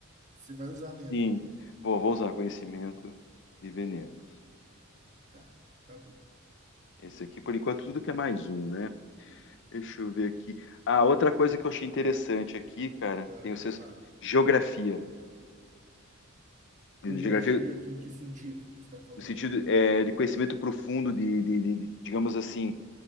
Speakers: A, on the right; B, on the left.
A: Você vai usar mesmo.
B: sim. Vou, vou usar conhecimento de venenos.
A: Tá, tá bom.
B: Esse aqui, por enquanto, tudo que é mais um, né? Deixa eu ver aqui. Ah, outra coisa que eu achei interessante aqui, cara,
A: Ah,
B: tem o senso
A: fala.
B: geografia. Geografia,
A: Geografia, em que sentido que você está falando?
B: no sentido é, de conhecimento profundo de, de- de- de- digamos assim,